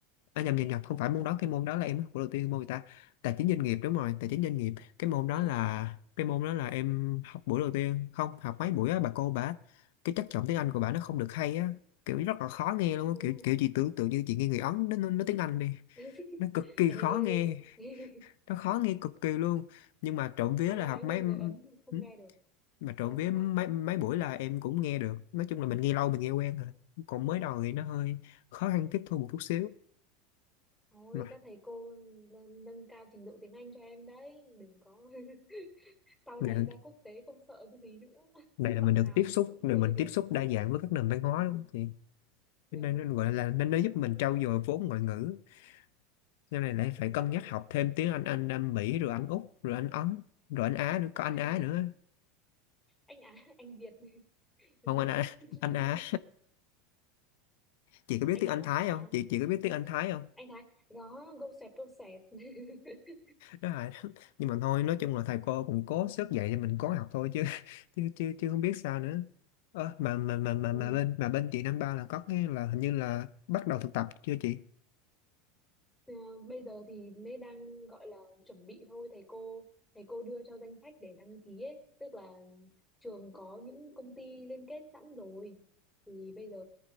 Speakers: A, on the left; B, in the centre.
A: À, nhầm nhầm nhầm không phải môn đó cái môn đó là em học của đầu tiên môn người ta tài chính doanh nghiệp đúng rồi tài chính doanh nghiệp cái môn đó
B: ờ
A: là
B: ờ
A: cái môn đó là em học buổi đầu tiên không học mấy buổi á bà cô bà cái chất giọng tiếng Anh của bà nó không được hay á kiểu rất là khó nghe luôn
B: ừ.
A: á kiểu kiểu chị tưởng tượng như chị nghe người Ấn nó nó- nói tiếng Anh đi
B: <laughs>
A: nó cực kỳ
B: Ê,
A: khó nghe
B: <laughs> ê,
A: nó khó nghe cực kỳ luôn nhưng mà trộm vía
B: nói
A: là
B: nói
A: học
B: nghe
A: mấy
B: người Ấn không
A: ừ,
B: nghe được
A: mà trộm
B: ờ
A: vía
B: sao
A: mấy mấy buổi là em cũng nghe được nói chung là mình nghe lâu mình nghe quen rồi còn mới đầu thì nó hơi khó khăn tiếp thu một chút xíu
B: Thôi
A: mà
B: các thầy cô n- nâng cao trình độ tiếng Anh cho em đấy, đừng có <laughs> sau
A: Dạ.
B: này ra quốc tế không sợ cái gì nữa.
A: này
B: <laughs>
A: là
B: Giọng
A: mình được
B: nào
A: tiếp
B: mình
A: xúc
B: cũng
A: rồi
B: chơi
A: mình
B: được.
A: tiếp xúc đa dạng với các nền văn hóa đúng không? Thì
B: Dạ,
A: cái này
B: Đúng
A: nó
B: rồi,
A: gọi là
B: đúng
A: nên
B: rồi
A: nó
B: đó.
A: giúp mình trau dồi vốn ngoại ngữ sau này lại
B: Trời
A: phải cân nhắc
B: ơi,
A: học thêm tiếng Anh Anh Anh Mỹ rồi Anh Úc rồi Anh Ấn rồi Anh Á
B: <laughs>
A: nữa có Anh Á nữa
B: anh anh Á, anh Việt, <laughs> V-League.
A: không anh Á
B: <laughs>
A: anh Á chị có biết
B: Anh
A: tiếng Anh
B: Á là
A: Thái
B: sao?
A: không chị chị có biết tiếng Anh Thái không
B: Anh Thái, đó, gâu sẹt, gâu sẹt. <laughs>
A: đó là <laughs> nhưng mà thôi nói chung là thầy cô cũng cố sức dạy thì mình cố học thôi chứ chứ chứ, chứ không biết sao nữa Ờ, mà mà mà mà
B: Ừ.
A: mà bên mà bên chị năm ba là có cái là hình như là bắt đầu thực tập chưa chị
B: Ờ, bây giờ thì mới đang gọi là chuẩn bị thôi thầy cô thầy cô đưa cho danh sách để đăng ký ấy tức là trường có những công ty liên kết sẵn rồi thì bây giờ